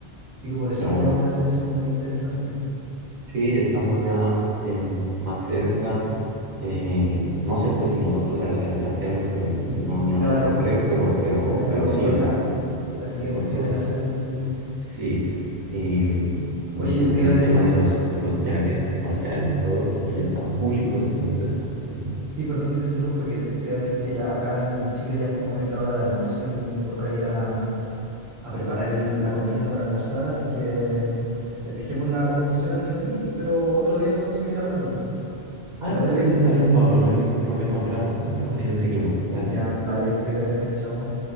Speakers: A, on the right; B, on the right.
A: Así que por eso
B: Claro,
A: me llamó la atención, muy interesante.
B: Sí, estamos ya eh, más cerca. eh, no sé pues si nosotros al- alcancemos, pero no, no,
A: Claro.
B: no lo creo, pero, pero,
A: Bueno,
B: pero
A: a lo mejor
B: sí, o
A: la,
B: sea, s- de
A: las siguientes
B: de pronto
A: generaciones,
B: otras,
A: sí.
B: sí. Y, y
A: Oye,
B: pues
A: te
B: con
A: iba
B: el
A: a decir,
B: tema de los, de los viajes espaciales y todo esto que ya están públicos, entonces sí.
A: sí, perdón que te interrumpa, que te, te iba a decir que ya acá en, en Chile ya es como es la hora de almuerzo y me toca ir a, a preparar el- la comida para almorzar, así que mm, eh, dejemos la conversación hasta aquí, pero otro día podemos seguir hablando.
B: Ah,
A: ¿Te parece?
B: está bien, está bien, Pablo, no hay ningún problema, claro. Otra ocasión seguimos, dale.
A: Ya, vale, cuídate, chao.